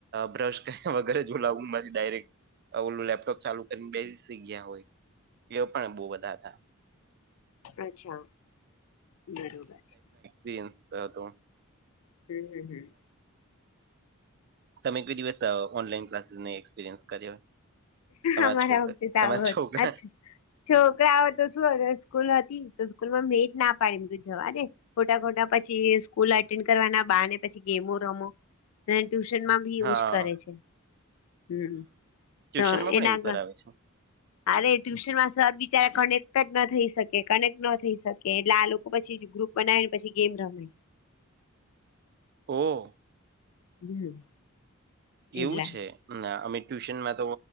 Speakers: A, on the right; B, on the left.
A: બ્રશ કર્યા વગર જ ઝોલા ઊંઘમાંથી ડાયરેક ઓલું લેપટોપ ચાલુ કરીને બેસી જગ્યા હોય, એ પણ બહ બધા હતા.
B: અચ્છા બરોબર છે.
A: બે આશ્કા ગૌ
B: હમમ
A: તમે કઈ દિવસ ઓનલાઈન ક્લાસીસને એક્સપિરિયન્સ કર્યો તમારા
B: અમારા
A: છોકરા
B: વખતે
A: તમારા
B: તો
A: છોકરા
B: જ છો કોઈ આવે આવે તો શું સ્કૂલ હતી, તો સ્કૂલ માં મેટ ના પાડે તો જવા દે ખોટા, ખોટા પછી સ્કૂલ એટેન્ડ કરવાના બાને પછી ગેમો રમો અને, ટ્યુશનમાં બી એવું
A: હા
B: જ કરે છે, હમ
A: ટ્યુશનમાં
B: તો
A: પણ
B: એ નાગા
A: એવું કરાવે છે
B: અરે ટ્યુશન માં સર બિચાર કનેક્ટ જ ન થઈ, શકે કનેક્ટ ન થઈ શકે એટલે આ લોકો પછી ગ્રુપ બનાવી ને પછી ગેમ રમે
A: ઓ.
B: હમ. એટલે
A: એવું છે, અમે ટ્યુશનમાં તો